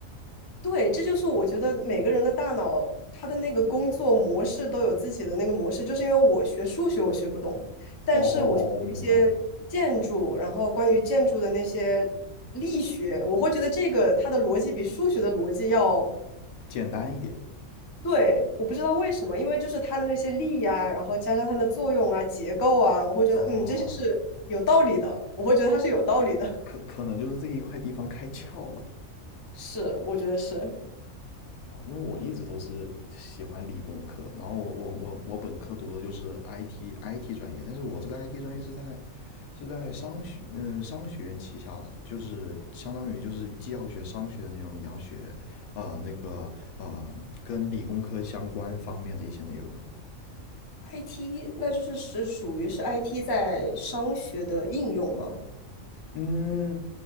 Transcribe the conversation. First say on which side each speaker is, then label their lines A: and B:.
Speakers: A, on the left; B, on the left.
A: 对，这就是我觉得每个人的大脑，他的那个工作模式都有自己的那个模式。就是因为我学数学我学不懂，但是我学一些建筑，
B: 哦哦哦，我明白了，
A: 然后关于建筑的那些力学，我会觉得这个它的逻辑比数学的逻辑要
B: 简单一点。
A: 对。我不知道为什么，因为就是它的那些力呀、然后加上它的作用啊、结构啊，我会觉得嗯，
B: 哦，
A: 这些是有道理的，我会觉得它是有道理的。
B: 可可能就是这一块地方开窍了。
A: <laughs> 是，我觉得是。
B: 哦，因为我一直都是喜欢理工科，然后我我我我本科读的就是 IT IT 专业，但是我这个 IT 专业是在是在商学嗯商学院旗下的，就是相当于就是既要学商学的内容，也要学呃那个呃跟理工科相关方面的一些内容。
A: IT，那就是是属于是 IT 在商学的应用吗？
B: 嗯